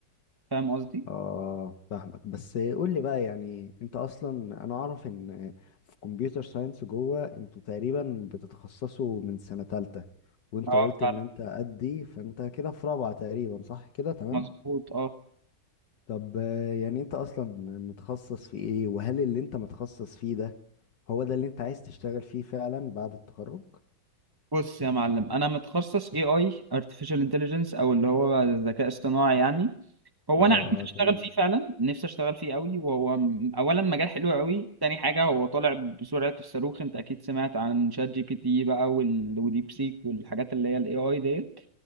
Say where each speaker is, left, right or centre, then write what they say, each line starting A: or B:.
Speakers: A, on the right (about 20°); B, on the left (about 70°).
A: فاهم قصدي؟
B: اه فاهمك بس قول لي بقى يعني انت اصلا انا اعرف ان في كمبيوتر ساينس جوه انتوا تقريبا بتتخصصوا من سنة تالتة وانت
A: اه
B: قلت
A: فعلا
B: ان انت قدي فانت كده في رابعة تقريبا صح كده تمام
A: مظبوط اه
B: طب آه، يعني انت اصلا متخصص في ايه وهل اللي انت متخصص فيه ده هو ده اللي انت عايز تشتغل فيه فعلا بعد التخرج
A: بص يا معلم انا متخصص اي اي ارتفيشال انتليجنس او اللي هو ذكاء اصطناعي يعني هو
B: اه اه
A: انا عايز اشتغل
B: تمام
A: فيه فعلا نفسي اشتغل فيه قوي وهو م- اولا مجال حلو قوي تاني حاجه هو طالع بسرعه الصاروخ انت اكيد سمعت عن شات جي بي تي بقى وال... وديب سيك والحاجات اللي هي الاي اي ديت